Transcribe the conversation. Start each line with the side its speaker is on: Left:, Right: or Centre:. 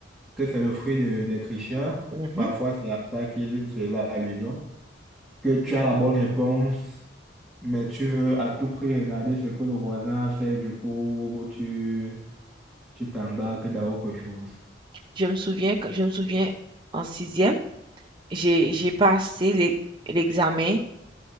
Centre: que c'est le fruit de- des tricheurs.
Right: mhm.
Centre: Parfois, c'est à ça qu'il faisait allusion. Que tu as la bonne réponse. Mais tu veux à tout prix regarder ce que le voisin a fait, du coup, tu tu t'embarques dans autre chose.
Right: Je me souviens, que- je me souviens en sixième, j'ai, j'ai passé l'e- l'examen.